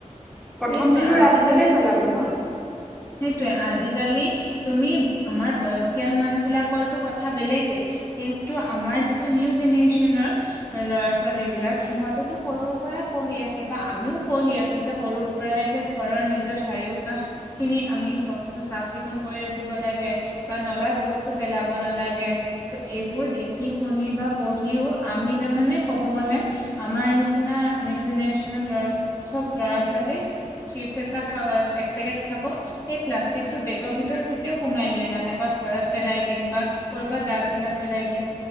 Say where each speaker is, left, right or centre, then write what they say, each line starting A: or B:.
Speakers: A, in the centre; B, on the left (about 20°).
A: প্ৰথমটোতো
B: সেইটোৱেই আজিকালিটো
A: ৰাস্তাতে পেলাব ন
B: সেইটোয়ে আজিকালি তুমি আমাৰ বয়সীয়াল মানুহ বিলাকৰটো কথা বেলেগে। কিন্তু আমাৰ যিটো নিউ জেনেৰেশচনৰ ল'ৰা- ছোৱাল ছোৱালী বিলাক সিহঁতেতো সৰুৰ পৰাই পঢ়ি আছে বা আমিও পঢ়ি আছো যে সৰু পৰাই যে ঘৰৰ নিজৰ চাৰিওকাষ খিনি আমি চক চাফ - চিকুণ কৰি ৰাখিব লাগে বা নলাত বস্তু পেলাব নালাগে। ত এইবোৰ দেখি শুনি বা পঢ়িও আমি তাৰমানে কব গ'লে আমাৰ নিচিনা নিউ জেনেৰেচনৰ চব ল'ৰা ছোৱালীক চিপছ এটা খাৱাত একপেকেট খাব সেই প্লাষ্টিকটো বেগৰ ভিতৰত কেতিয়াও সোমাই লৈ নাহে, বা ঘৰত পেলাই দিম বা ক'ৰবাত ডাষ্টবিনত পেলাই দিম।